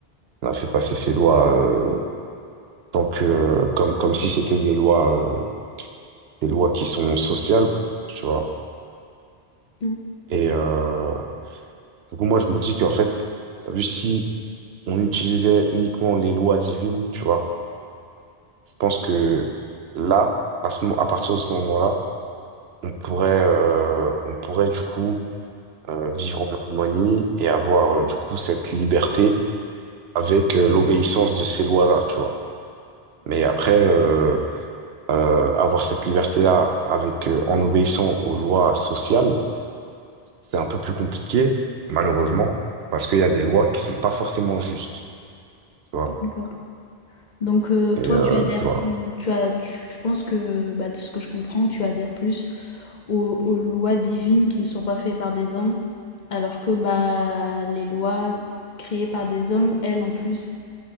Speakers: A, on the right; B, on the left.
A: on a fait passer ces lois euh, tant que euh, comme comme si c'était des lois euh, des lois qui sont sociales, tu vois.
B: mmh,
A: Et euh, du coup moi je me dis qu'en fait, t'as vu si on utilisait uniquement les lois divines, tu vois. Je pense que là, à ce, mo- à partir de ce moment-là, on pourrait, euh, on pourrait du coup euh, vivre en harmonie et avoir euh, du coup cette liberté avec euh, l'obéissance de ces lois-là, tu vois. Mais après, euh, euh, avoir cette liberté-là avec euh, en obéissant aux lois sociales, c'est un peu plus compliqué, malheureusement, parce qu'il y a des lois qui sont pas forcément justes, tu vois.
B: d'accord. Donc heu,
A: Et
B: toi,
A: euh,
B: tu adhères
A: tu vois,
B: plus tu as tu je pense que, bah, de ce que je comprends, tu adhères plus aux aux lois divines qui ne sont pas faites par des hommes, alors que, bah, les lois créées par des hommes, elles, en plus,